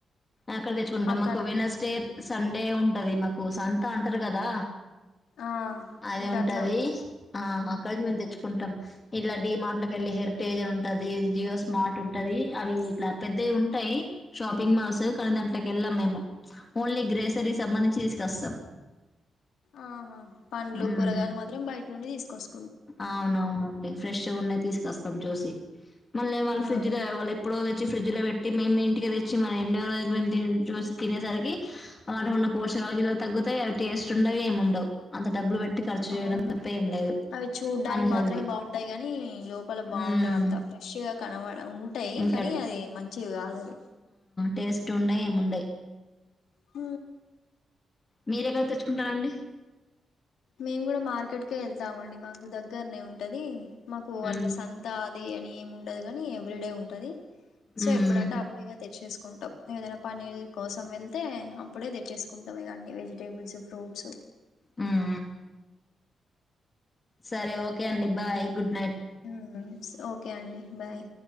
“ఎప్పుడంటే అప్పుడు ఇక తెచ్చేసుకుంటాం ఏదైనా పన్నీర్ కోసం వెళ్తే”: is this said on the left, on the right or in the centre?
Left